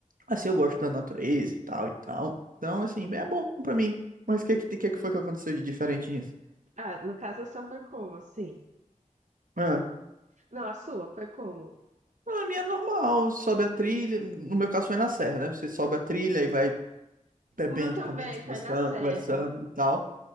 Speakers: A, on the right; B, on the right.
A: assim, eu gosto da natureza e tal e tal. Então, assim, é bom pra mim. Mas o que, é que, que é que foi que aconteceu de diferente nisso?
B: Ah, no caso, só foi como, assim?
A: Ah,
B: Não, a sua foi como?
A: a minha é normal, sobe a trilha, no meu caso foi na serra, né? Você sobe a trilha e vai bebendo,
B: O meu também
A: comendo, descansando,
B: foi na Serra.
A: conversando e tal.